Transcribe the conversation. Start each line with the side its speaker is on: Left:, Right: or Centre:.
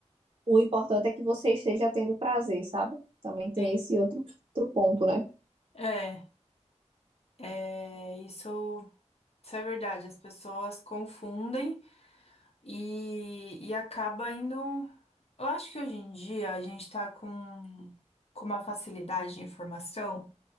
Right: O importante é que você esteja tendo prazer, sabe? Também tem
Left: Sim.
Right: esse outro, outro ponto, né?
Left: É, é, isso Isso é verdade, as pessoas confundem e, e acaba indo. Eu acho que hoje em dia a gente tá com, com uma facilidade de informação,